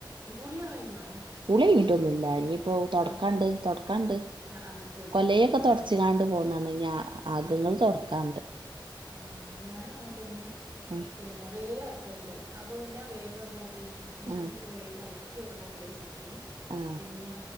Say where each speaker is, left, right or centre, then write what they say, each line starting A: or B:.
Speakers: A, on the right; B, on the right.
A: കുളിയൊ കഴിഞ്ഞോ?
B: കുളി കയിഞ്ഞിട്ടൊന്നുംല്ല ഇനിയിപ്പോ തുടക്കാണ്ട്
A: ഏ
B: തുടക്കാ തൊടക്കാണ്ട്
A: ആ ആ തൊടച്ചിട്ട്
B: കൊലയൊക്കെ
A: കുളിക്ക
B: തുടച്കാണ്ട് പോന്ന് ഞ്ഞ് അകങ്ങൾ
A: ഏ
B: തുടക്കാണ്ട്
A: ആ ഞാനും അങ്ങനെ തന്നെ
B: ആ
A: പിന്നെ വെയില റക്കണ്ട് അപ്പോൊ പിന്നെ വേഗം എന്താക്കി മിഷലിട്ട്
B: ആ
A: വേഗം അലക്കി ആണ് കൊണ്ടേച്ച്
B: ആ
A: പിന്നെ